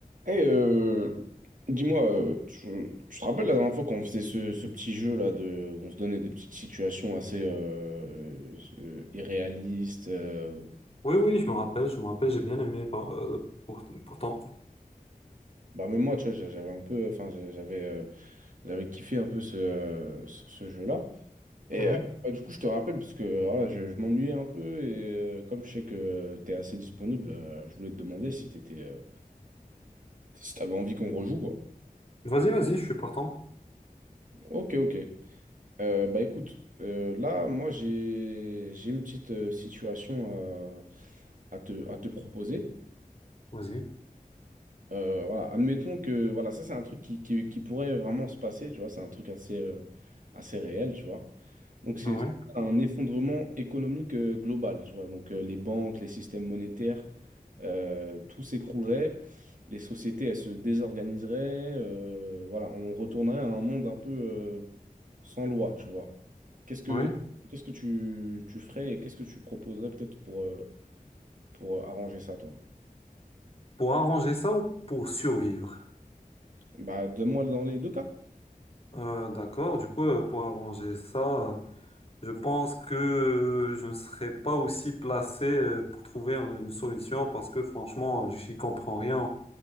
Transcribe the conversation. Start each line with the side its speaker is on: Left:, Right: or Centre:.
Right: Et euh, dis-moi, euh, tu, tu te rappelles la dernière fois qu'on faisait ce, ce petit jeu là de, on se donnait des petites situations assez euh, euh, irréalistes. euh,
Left: Oui, oui, je me rappelle, je me rappelle, j'ai bien aimé par- euh, pour- pourtant.
Right: bah même moi, tu vois, j'a- j'avais un peu, enfin j'a- j'avais, euh, j'avais kiffé un peu ce, euh, ce, ce jeu-là. Et
Left: Mhm.
Right: euh, bah, du coup, je te rappelle parce que voilà, je, je m'ennuyais un peu et euh, comme je sais que tu es assez disponible, euh, je voulais te demander si t'étais, euh, si t'avais envie qu'on rejoue quoi.
Left: Vas-y, vas-y, je suis partant.
Right: Ok, ok. Euh, bah écoute, euh, là, moi, j'ai j'ai une petite euh, situation à, à te, à te proposer.
Left: Vas-y.
Right: Euh, voilà, admettons que, voilà, ça, c'est un truc qui, qui, qui pourrait vraiment se passer, tu vois, c'est un truc assez, euh, assez réel, tu vois. Donc, c'est
Left: Ah oui,
Right: un effondrement économique euh, global, tu vois. Donc, euh, les banques, les systèmes monétaires, euh, tout s'écroulerait, les sociétés, elles se désorganiseraient, euh, voilà, on retournerait à un monde un peu... euh, sans loi, tu vois. Qu'est-ce que
Left: oui.
Right: qu'est-ce que tu, tu ferais et qu'est-ce que tu proposerais peut-être pour, euh, pour arranger ça, toi?
Left: Pour arranger ça ou pour survivre?
Right: Bah, donne-moi dans les deux cas.
Left: Euh, d'accord, du coup, euh, pour arranger ça, euh, je pense que euh, je ne serais pas aussi placé euh, pour trouver un- une solution parce que franchement, je n'y comprends rien